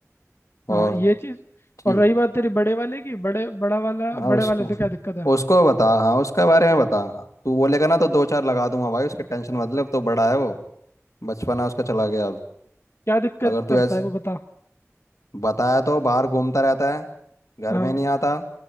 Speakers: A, on the left (about 50°); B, on the left (about 80°).
A: हाँ
B: और
A: ये चीज़
B: ठीक
A: और रही बात तेरी बड़े वाले की बड़े बड़ा वाला
B: हाँ
A: बड़े
B: उसको
A: वाले से क्या दिक्कत है
B: उसको बता हाँ उसके बारे में बता तू बोलेगा ना तो दो चार लगा दूंगा भाई उसकी टेंशन मतलब तो बड़ा है वो बचपना उसका चला गया अब
A: क्या दिक्कत
B: अगर तू
A: करता
B: ऐसे
A: है वो बता
B: बताया तो बाहर घूमता रहता है घर
A: हाँ
B: में नहीं आता